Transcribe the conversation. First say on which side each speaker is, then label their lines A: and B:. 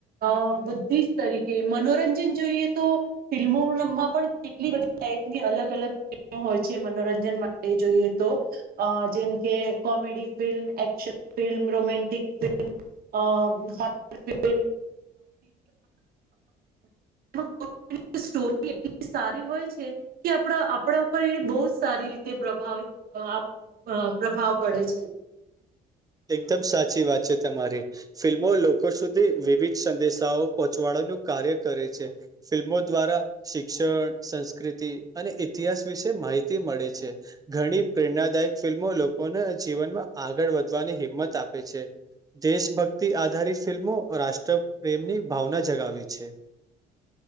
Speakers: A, on the right; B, on the right.
A: અ બુદ્ધિ તરીકે મનોરંજન જોઈએ, તો ફિલ્મોમાં પણ કેટલી બધી ટાઈપની અલગ અલગ. હોય છે મનોરંજન માટે જોઈએ તો જેમ કે comedy film, action film romantic, film અ ફિલ્મ <unintelligible> <unintelligible> સોરી એટલી સારી હોય છે કે આપણા આપણા. પણ એ બહુ જ સારી રીતે પ્રભાવિત અ પ્રભાવ પડે છે.
B: એકદમ સાચી વાત છે તમારી ફિલ્મો લોકો સુધ વિવિધ સંદેશાઓ પહોંચાડવાનું કાર્ય કરે છે, ફિલ્મો દ્વારા શિક્ષણ સંસ્કૃતિ અને ઇતિહાસ વિશે માહિતી મળે છે, ઘણી પ્રેરણાદાયક ફિલ્મો લોકો લોકોને જીવનમાં આગળ વધવાની હિંમત આપે છે. દેશભક્તિ આધારિત ફિલ્મો રાષ્ટ્ર પ્રેમની ભાવના જગાવે છે. <inaudible>